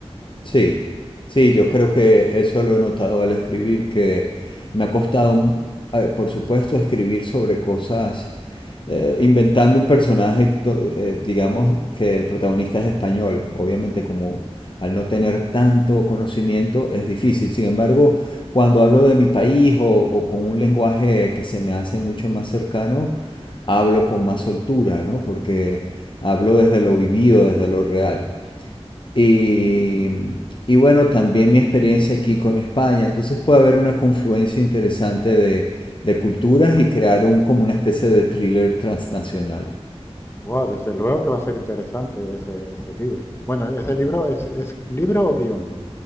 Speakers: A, on the left; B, on the left.
A: Sí, sí, yo creo que eso lo he notado al escribir, que me ha costado, mm, eh, por supuesto, escribir sobre cosas eh, inventando un personaje, eh, digamos que el protagonista es español, obviamente como al no tener tanto conocimiento es difícil. Sin embargo, cuando hablo de mi país o, o con un lenguaje que se me hace mucho más cercano, hablo con más soltura, ¿no? Porque hablo desde lo vivido, desde lo real. Y, y bueno, también mi experiencia aquí con España. Entonces puede haber una confluencia interesante de, de culturas
B: Des-
A: y crear un, como una especie de thriller transnacional.
B: wow, desde luego que va a ser interesante ese, ese libro. Bueno, ese libro es, es libro o guión.